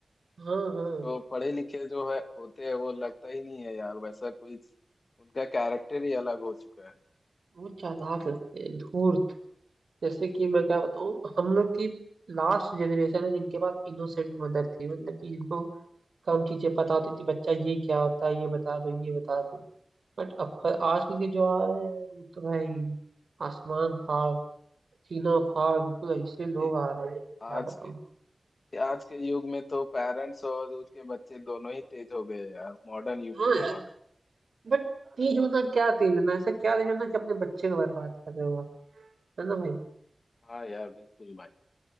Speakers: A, on the right (about 70°); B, on the left (about 60°).
A: हाँ हाँ
B: जो पढ़े लिखे जो है होते हैं वो लगता ही नहीं है यार वैसा कोई उनका कैरेक्टर ही अलग हो चुका है
A: वो चालाक लगते हैं धूर्त जैसे कि मैं क्या बताऊँ हम लोग की लास्ट जनरेशन है जिनके पास इनोसेंट मदर थी मतलब कि जिनको कम चीजें पता होती थी बच्चा ये क्या होता है ये बता दो ये बता दो बट अब आजकल के जो आ रहे हैं वो तो भाई आसमान फाड़ सीना फाड़ बिल्कुल ऐसे
B: भाई
A: लोग आ रहे हैं क्या
B: आज
A: बताऊँ
B: के आज के युग में तो पेरेंट्स और उनके बच्चे दोनों ही तेज हो गए हैं यार मॉडर्न युग
A: हाँ
B: के जमाने में
A: बट तेज होना क्या तेज होना ऐसा क्या तेज होना कि अपने बच्चे को बर्बाद कर रहे हो आप है ना भाई
B: हाँ यार बिल्कुल भाई